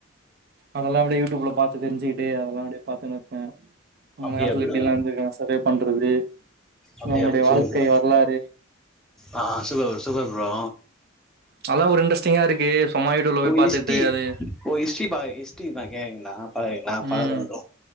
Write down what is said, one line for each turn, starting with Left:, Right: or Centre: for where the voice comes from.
Right: அதெல்லா அப்டியே யூடியூப்ல பாத்து தெரிஞ்சுட்டு அதெல்லா அப்டியே பாத்துனுர்ப்பே அந்த
Centre: அப்டியா
Right: காலத்தில்
Centre: ப்ரோ
Right: எப்டில்லா இருந்துர்க்காங்க சரி அப் பண்றது
Centre: அப்டியா
Right: அவங்களுடைய
Centre: ப்ரோ சூப்பர்
Right: வாழ்க்கை
Centre: ப்ரோ
Right: வரலாறு
Centre: ஆ சூப்பர் ப்ரோ ஸ் சூப்பர் ப்ரோ
Right: அதெல்லா ஒரு இன்ட்ரெஸ்டிங்கா இருக்கு ப மானிட்டர் ள்ள போய்
Centre: ஓ
Right: பாத்துட்டு
Centre: ஹிஸ்ட்ரி
Right: அது
Centre: ஓ ஹிஸ்ட்ரி பா ஹிஸ்ட்ரி பா கேக்குறீங்களா பாக்குறீங்களா
Right: ம்
Centre: பாக்குறே ப்ரோ